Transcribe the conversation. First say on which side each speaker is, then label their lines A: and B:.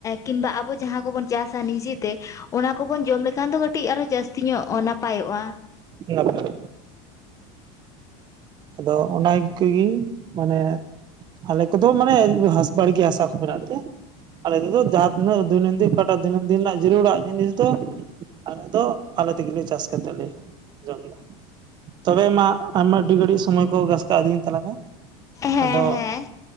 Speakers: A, on the left; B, on the right.
A: ᱠᱤᱱᱵᱟ ᱟᱵᱚ ᱡᱟᱦᱟᱸ ᱠᱚᱵᱚᱱ᱾ ᱪᱟᱥᱟ ᱱᱤᱡᱮᱛᱮ ᱚᱱᱟ ᱠᱚᱵᱚᱱ ᱡᱚᱢ ᱞᱮᱠᱷᱟᱱ ᱫᱚ ᱠᱟᱹᱴᱤᱡ ᱟᱨᱦᱚ ᱡᱟᱹᱥᱛᱤ ᱧᱚᱜ ᱱᱟᱯᱟᱭᱚᱜᱼᱟ᱾
B: ᱱᱟ <unintelligible> ᱟᱫᱚ ᱚᱱᱟ ᱠᱜᱮ ᱢᱟᱱᱮ ᱟᱞᱮ ᱠᱚᱫᱚ ᱢᱟᱱᱮ ᱦᱟᱥ ᱵᱟᱲᱜᱮ ᱦᱟᱥᱟ᱾ ᱢᱮᱱᱟᱜ ᱛᱮ ᱟᱞᱮ ᱛᱮᱫᱚ ᱡᱟᱦᱟᱸ ᱛᱤᱱᱟᱹᱜ ᱫᱤᱱᱟᱢ ᱫᱤᱱ ᱚᱠᱟᱴᱟᱜ ᱫᱤᱱᱟᱢ ᱫᱤᱱ ᱨᱮᱱᱟᱜ ᱡᱟᱹᱨᱩᱲᱟᱜ ᱡᱤᱱᱤᱥ ᱫᱚ᱾ ᱟᱞᱮ ᱫᱚ ᱟᱞᱮ ᱛᱮᱜᱮᱞᱮ ᱪᱟᱥ ᱠᱟᱛᱮ ᱞᱮ ᱡᱚᱢ ᱞᱮ᱾ ᱛᱚᱵᱮ ᱢᱟ ᱟᱭᱢᱟ ᱟᱹᱰᱤ ᱜᱷᱟᱹᱲᱤᱥ ᱥᱚᱢᱚᱭ ᱠᱚ ᱜᱟᱥᱠᱟᱜᱼᱟ ᱫᱤᱱ ᱛᱟᱞᱟ ᱛᱮ
A: ᱦᱮᱸ
B: ᱟᱫᱚ
A: ᱦᱮᱸ